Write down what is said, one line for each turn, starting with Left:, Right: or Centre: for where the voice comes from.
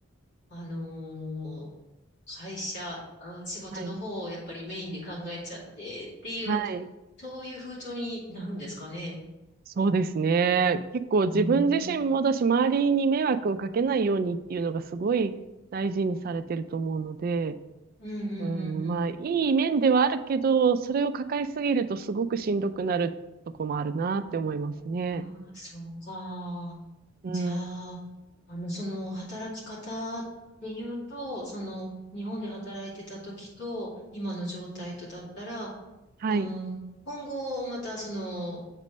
Left: あのー会社、あ仕事の方をやっぱりメインで考えちゃってっていう、
Right: はい。はい。
Left: そういう風潮になるんですかね。
Right: そうですね。結構自分自身もだし、
Left: うーん、うん、
Right: 周りに迷惑をかけないようにっていうのがすごい大事にされてると思うので、
Left: うん、うん、
Right: うん、まあ、いい面ではあるけど、それを抱えすぎるとすごくしんどくなるとこもあるなって思いますね。
Left: うん。ああ、そうか。
Right: うん。
Left: じゃあ、あの、その働き方っていうと、その日本で働いてた時と今の状態とだったら、
Right: うんはい。
Left: うん、今後またその